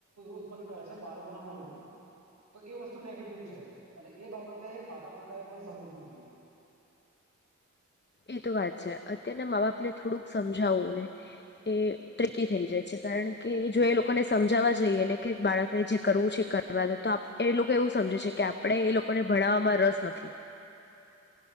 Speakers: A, on the right; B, on the left.
A: ઉત્પન્ન કરે છે બાળકોના મન ઉપર તો એ વસ્તુ નેગેટિવ છે અને એ બાબતે માતા પિતા એ પણ સમજવું જોઈએ.
B: એ તો વાત છે અત્યારના મા બાપને થોડુંક સમજાવું ને એ ટકી થઈ જાય છે કારણ કે જો એ લોકોને સમજાવવા જઈએ ને કે બાળકને જે કરવું છે, એ કરવા દો તો આપ એ લોકો એવું સમજે છે, કે આપણે એ લોકોને ભણ રસ નથી.